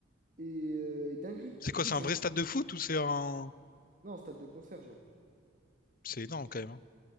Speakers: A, on the right (about 40°); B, on the left (about 45°).
A: Et, euh, et dinguerie.
B: C'est
A: Du
B: quoi,
A: coup,
B: c'est
A: ils
B: un vrai
A: ont.
B: stade de foot ou c'est un...
A: Non, stade de concert, genre.
B: C'est énorme, quand même, hein.